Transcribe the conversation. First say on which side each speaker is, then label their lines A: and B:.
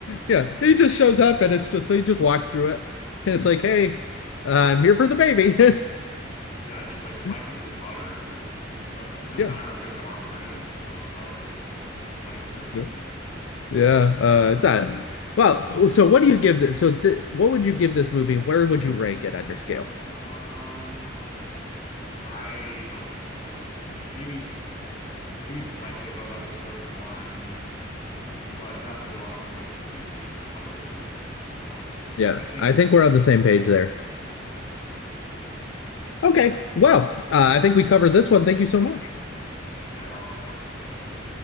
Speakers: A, on the left; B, on the left.
A: Yeah, he just shows up and it's just he just walks through it and it's like, hey, uh, I'm here for the baby.
B: yeah, just like
A: <laughs>
B: slicing through butter because the it doesn't
A: Yeah,
B: matter how good the armor is for the most part, it's just slice through easy.
A: yep, yeah. Uh, it's not. Well, so what do you give this? So th what would you give this movie? Where would you rank it on your scale?
B: Um, I I don't know, maybe s- maybe slightly above episode one, but definitely below episode three out of the prequels. So
A: Yeah,
B: I think
A: I
B: it's
A: think we're
B: it's
A: on the same page there.
B: yeah.
A: Okay, well, uh, I think we covered this one. Thank you so much.
B: Yeah, I'll talk to you some other time.